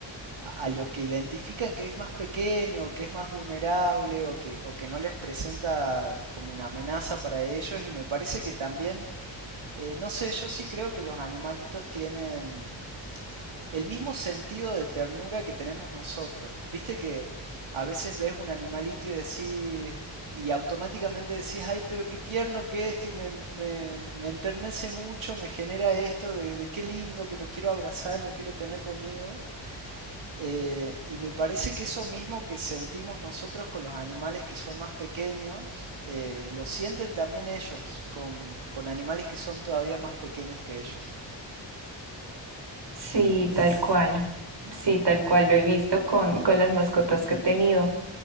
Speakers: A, on the right (about 80°); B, on the right (about 60°).
A: a- a lo que identifican que es más pequeño, o que es más vulnerable o que, o que no les presenta como una amenaza para ellos. Y me parece que también, eh, no sé, yo sí creo que los animalitos tienen el mismo sentido de ternura que tenemos nosotros. Viste que a veces ves un animalito y decís, y automáticamente decís, ay, pero qué tierno que es, que me, me, me enternece mucho, me genera esto de, de qué lindo, que lo quiero abrazar, lo quiero tener conmigo. Eh, y me parece que eso mismo que sentimos nosotros con los animales que son más pequeños, eh, lo sienten también ellos con, con animales que son todavía más pequeños que ellos.
B: Sí,
A: <laughs>
B: tal cual. Sí, tal cual lo he visto con, con las mascotas que he tenido.